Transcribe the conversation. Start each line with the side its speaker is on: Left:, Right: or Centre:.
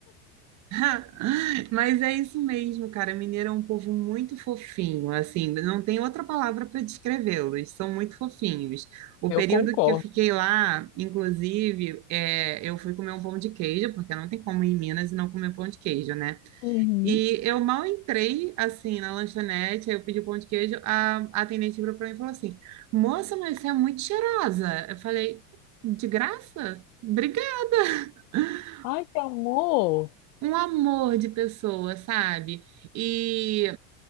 Right: <laughs> Mas é isso mesmo, cara. Mineiro é um povo muito fofinho, assim, não tem outra palavra para descrevê-los. São muito fofinhos. O
Left: Eu
Right: período
Left: concordo.
Right: que eu fiquei lá, inclusive, é, eu fui comer um pão de queijo, porque não tem como ir em Minas e não comer pão de queijo, né?
Left: Uhum.
Right: E eu mal entrei, assim, na lanchonete, aí eu pedi o pão de queijo, a, a atendente virou pra mim e falou assim, moça, mas você é muito cheirosa. Eu falei, de graça? Obrigada. <laughs>
Left: Ai, que amor!
Right: Um amor de pessoa, sabe? E